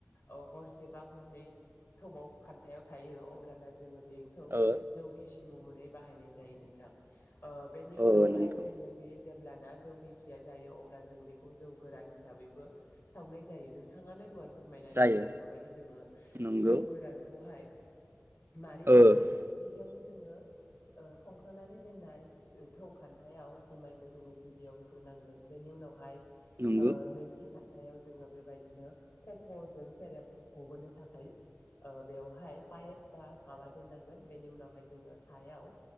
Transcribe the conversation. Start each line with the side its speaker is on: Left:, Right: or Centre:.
Left: औ हरसे बा हरनै थौआव खान्थायाव थायो अब्लाना जोङो बेखौ
Right: ओ
Left: जौ गिसि महरै बाहायनाय जायो नोंथां। ओ बेनि
Right: ओ
Left: उनावहाय
Right: नंगौ
Left: जोङो बेयो। जेब्लाना जौ गिसि जायो अब्ला जों बेखौ जौ गोरान हिसाबैबो सावनाय जायो नोंथाङानो दहाय फोरमायनानै
Right: जायो
Left: होलांखाबायदि जोङो
Right: नंगौ
Left: जौ गोरानखौहाय मारै सावो
Right: ओ औ
Left: होनना गिबियावनो जोङो ओ संखानानै दोननाय थौ खान्थायाव जुमायखौ जोङो गिबियावनो ग्रोनांगोन बेनि उनावहाय
Right: नंगौ
Left: ओ नैथि खान्थायाव जोङो बेबायदिनो खफ'जों सेरेब गबोनो थाखाय बेवहाय पाइप बा माबा दोननांगोन बेनि उनावहाय जोङो सायाव